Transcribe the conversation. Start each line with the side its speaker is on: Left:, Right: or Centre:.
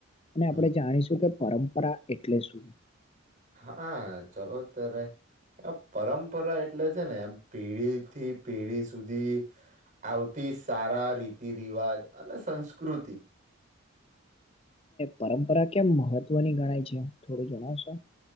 Left: અને આપણેે
Right: હમ
Left: જાણીશું કે પરંપરા એટલે શું.
Right: હા, ચલો ત્યારે. કે પરંપરા એટલે છે, ને એમ પેઢી થી પેઢી સુધી. સૌથી સારા રીતિ રિવાજ અને સંસ્કૃતિ.
Left: પરંપરા કેમ મહત્વની ગણાય છે, થોડું જણાવશો.